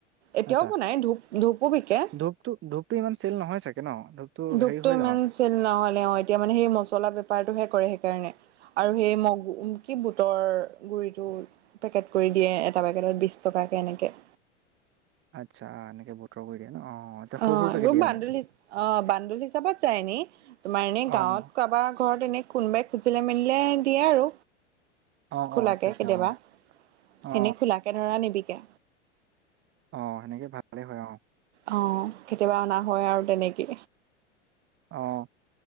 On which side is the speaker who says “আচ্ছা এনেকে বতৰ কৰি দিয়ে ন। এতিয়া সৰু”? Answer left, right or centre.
Right